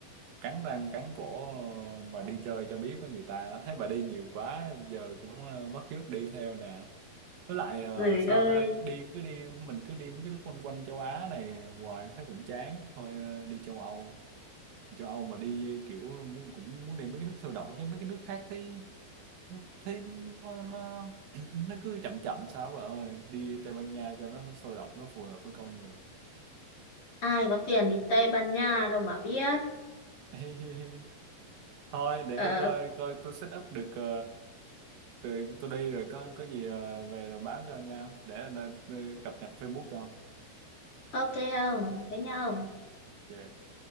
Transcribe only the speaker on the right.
cắn răng cắn cổ mà đi chơi cho biết với người ta thấy bà đi nhiều quá giờ cũng ờ, bắt chước đi theo nè với lại ờ,
sao
ta đi cứ đi mình cứ đi mấy cái nước quanh quanh châu Á này hoài thấy cũng chán thôi ờ, đi châu Âu Đi châu Âu mà đi ờ, kiểu muốn cũng muốn đi mấy cái nước sôi động chứ mấy cái nước khác thấy thấy nó nó, <clears throat> nó cứ chậm chậm sao bà ơi đi Tây Ban Nha cho nó sôi động nó phù hợp với con người
<laughs> thôi để
coi coi tôi set up được ờ, tôi, tôi đi rồi có có gì ờ, về rồi báo cho nha để, để, để cập nhật Facebook cho
Ok.